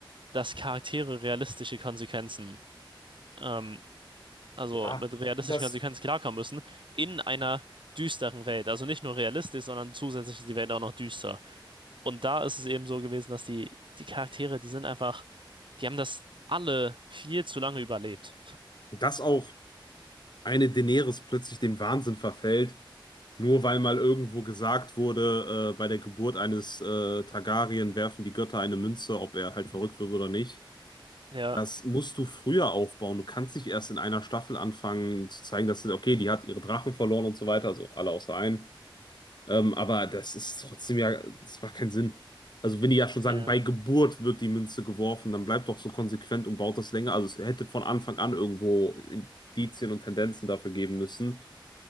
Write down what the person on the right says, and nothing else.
dass Charaktere realistische Konsequenzen, ähm, also
mit realistischen
Konsequenzen klarkommen müssen in einer düsteren Welt. Also nicht nur realistisch, sondern zusätzlich ist die Welt auch noch düster. Und da ist es eben so gewesen, dass die, die Charaktere, die sind einfach die haben das alle viel zu lange überlebt.
Ja,
ja,